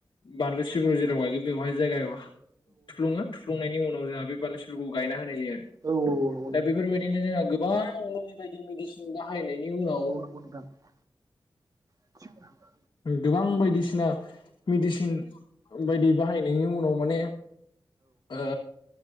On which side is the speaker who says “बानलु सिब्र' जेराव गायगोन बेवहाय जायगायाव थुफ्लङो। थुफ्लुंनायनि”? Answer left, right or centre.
Left